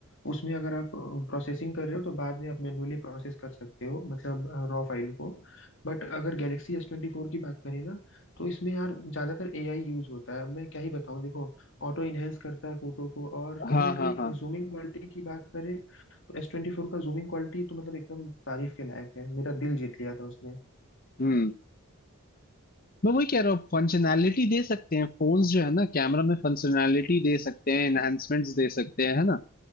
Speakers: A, on the left; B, on the left.
A: उसमें अगर आप प्रोसेसिंग कर रहे हो तो बाद में आप मैन्युअली प्रोसेस कर सकते हो मतलब रॉ फाइल को बट अगर गैलेक्सी एस ट्वेंटी फोर की बात करें ना तो इसमें यार ज्यादातर एआई यूज होता है अब मैं क्या ही बताऊं देखो ऑटो इनहेंस करता है फोटो को और कहीं
B: हाँ
A: ना
B: हाँ
A: कहीं
B: हाँ
A: जूमिंग क्वालिटी की बात करें तो एस ट्वेंटी फोर का जूमिंग क्वालिटी तो मतलब एकदम तारीफ के लायक है मेरा दिल जीत लिया था उसने
B: हम्म मैं वही कह रहा हूँ फंक्शनैलिटी दे सकते हैं फोन्स जो है ना कैमरा में फंक्शनैलिटी दे सकते हैं एनहांसमेंट्स दे सकते हैं है ना